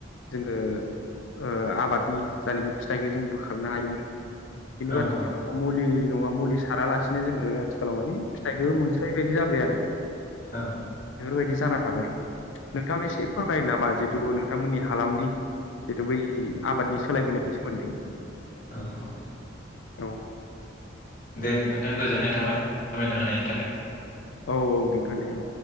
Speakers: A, on the left; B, on the left.
A: जोङो ओ आबादनि जायनाखि फिथाइखौ जों बोखांनो हायोमोन खिन्थु
B: औ
A: आथिखालाव मुलि नङा मुलि सारालासिनो जोङो आथिखालाव माने फिथाइखौ मोनस्रायै बायदि जाबाय आरो
B: औ
A: बेफोरबायदि जाना थाबाय नोंथाङाबो एसे फोरमायनो नामा जिहेथु नोंथांमोननि हालामनि जिहेथु बै आबादनि सोलायबोनायनि सोमोन्दै
B: औ
A: औ
B: दे नोंथां गोजोननाय थाबाय फोरमायना होनायनि थाखाय
A: औ औ नोंथां दे औ